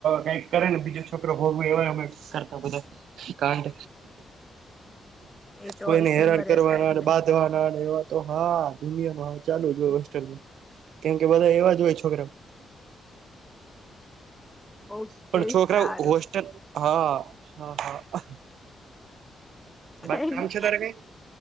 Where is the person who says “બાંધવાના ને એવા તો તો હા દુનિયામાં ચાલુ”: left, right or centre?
Right